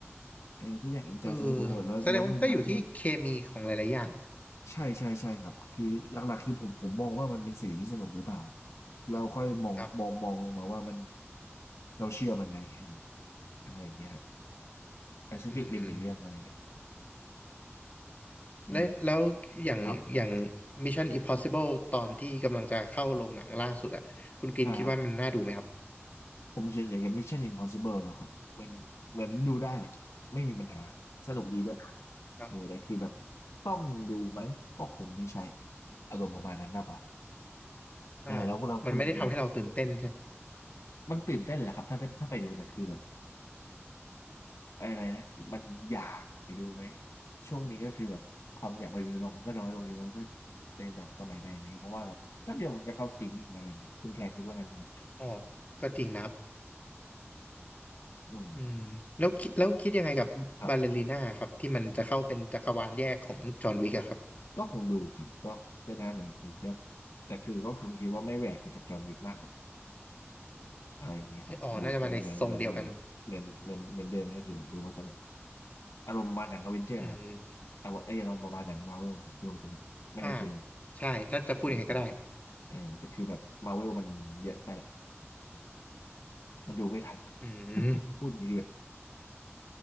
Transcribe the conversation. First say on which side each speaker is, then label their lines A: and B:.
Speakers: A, on the left; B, on the left.
A: เออทุกอย่างเอนจอยสนุกไปหมดแล้วแล้วมันหลังที่แบบ
B: เออแสดงว่ามันก็อยู่ที่เคมีของหลายๆอย่าง
A: ใช่ใช่ใช่ครับคือหลักๆคือผมผมมองว่ามันเป็นสื่อที่สนุกหรือเปล่าเราค่อยมองมองมองลงมาว่ามัน
B: ครับ
A: เราเชื่อมันไหมอะไรอย่างเงี้ย Pacific
B: อืม
A: Rim อีกเรื่องอะไรเงี้ยเป็นไง
B: และแล้วอย่างอย่าง
A: ครับ
B: Mission Impossible ตอนที่กำลังจะเข้าโรงหนังล่าสุดอะคุณกินคิดว่ามันน่าดูไหมครับ
A: อ่า ผมเฉยๆกับ Mission Impossible แล้วครับเหมือนเหมือนดูได้ไม่มีปัญหาสนุกดีด้วย
B: ครับ
A: เออแต่คือแบบต้องดูไหมก็คงไม่ใช่อารมณ์ประมาณนั้นมากกว่า
B: อ่า
A: เออแล้วเราคุณเรา
B: มันไม่ได้ทำให้เราตื่นเต้นใช่
A: มันตื่นเต้นแหละครับถ้าถ้าไปดูแต่คือแบบอะไรนะมันอยากไปดูไหมช่วงนี้ก็คือแบบความอยากไปดูลงมันก็น้อยลงเยอะแล้วถ้าเล่นแบบสมัยใหม่นี้เพราะว่าแบบแป๊บเดียวมันจะเข้าสตรีมมิ่งอะไรเงี้ยคุณแทนคิดว่าไงไหมครับ
B: อ๋อก็จริงนะครับ
A: อืม
B: อืมแล้วคิดแล้วคิดยังไงกับบาลเลรีน่าครับที่มันจะเข้าเป็นจักรวาลแยกของจอห์นวิกอะครับ
A: ครับ ก็คงดูครับก็ก็น่าสนุกดีครับแต่คือก็คงคิดว่าไม่แหวกไปจากจอห์นวิกมากหรอกอะไรอย่างเงี้ยครับดูเหมือนเหมือนเหมือนเหมือนเหมือนเหมือนเหมือนเดิมก็คือแบบดูมาสนุก
B: ใช่อ๋อน่าจะมาในทรงเดียวกัน
A: อารมณ์ประมาณหนังอเวนเจอร์ครับ
B: อืม
A: แต่ว่าเอออารมณ์ประมาณหนังมาเวลครับดูมาสนุกไม่ได้คิดเลย
B: อ่าใช่ถ้าจะพูดอย่างไงก็ได้
A: ไม่ได้คิดเลยเออแต่คือแบบมาเวลมันเยอะไปอะมันดูไม่ทัน
B: อืม
A: พูดอย่างนี้ดีกว่า